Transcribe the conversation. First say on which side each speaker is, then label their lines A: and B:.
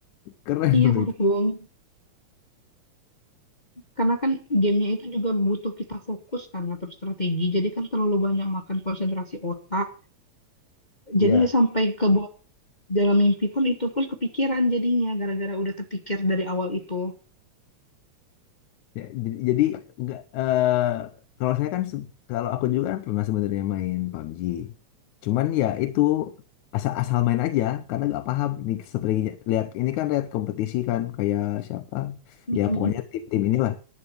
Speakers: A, on the left; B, on the left.
A: keren
B: Iya,
A: loh
B: sampai
A: itu
B: kebohong. Karena kan gamenya itu juga butuh kita fokus kan ya, terus strategi. Jadi kan terlalu banyak makan konsentrasi otak.
A: ya
B: Jadi sampai ke bawah dalam mimpi pun itu pun kepikiran jadinya gara-gara udah terpikir dari awal itu.
A: Ya, jadi, jadi enggak eh, kalau saya kan se- kalau aku juga kan pernah sebenarnya main PUBG. Cuman ya itu asal asal main aja karena nggak paham ini strateginya. Lihat ini kan lihat kompetisi kan kayak siapa
B: Mm-mm.
A: ya pokoknya tim-tim inilah